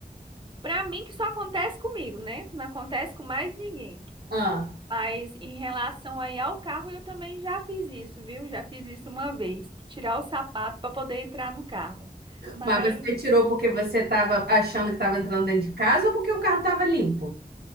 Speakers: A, on the right; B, on the right.
A: pra mim que só acontece comigo, né? Não acontece com mais ninguém.
B: Ah,
A: Mas em relação aí ao carro, eu também já fiz isso, viu? Já fiz isso uma vez, tirar o sapato pra poder entrar no carro. Mas
B: mas você tirou porque você tava achando que tava entrando dentro de casa ou porque o carro tava limpo?